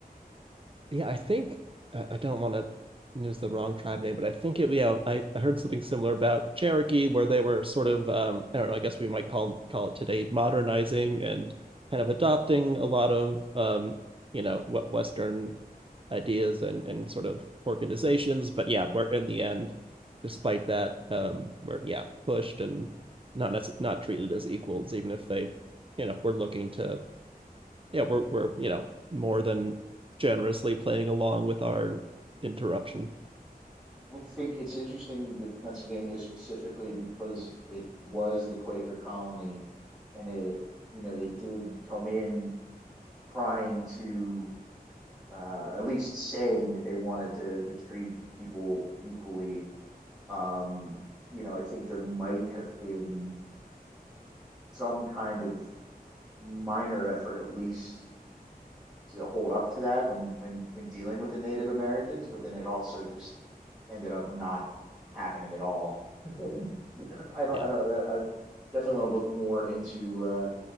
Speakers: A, on the right (about 35°); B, in the centre.
A: Yeah, I think I I don't want to use the wrong tribe name, but I think it. Yeah, I, I heard something similar about Cherokee, where they were sort of um, I don't know. I guess we might call call it today modernizing and kind of adopting a lot of um, you know what Western ideas and and sort of organizations. But yeah, we're in the end, despite that, um, we're yeah pushed and not nece- not treated as equals, even if they you know were looking to yeah, we're we're you know more than generously playing along with our interruption.
B: I think it's interesting with Pennsylvania specifically because it was the Quaker colony and it, you know, they did come in trying to, uh, at least saying that they wanted to, to treat people equally. Um, you know, I think there might have been some kind of minor effort, at least to hold up to that when when when dealing with the Native Americans, but then it also just ended up not happening at all. <laughs> I don't, I don't,
A: Yeah,
B: uh, I definitely want to look more into uh,